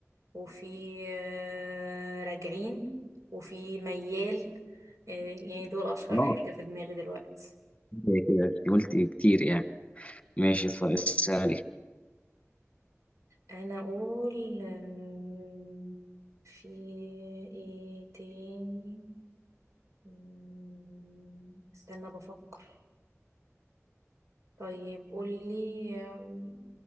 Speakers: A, on the right; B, on the left.
A: وفي آه، راجعين وفي ميال آه، يعني دول أشهر
B: خلاص
A: حاجة في دماغي دلوقتي
B: هي كده انت قلت كتير يعني ماشي طيب، اسالي
A: أنا أقول آم، في إيه تاني مم، استنى بفكر طيب قولي آم،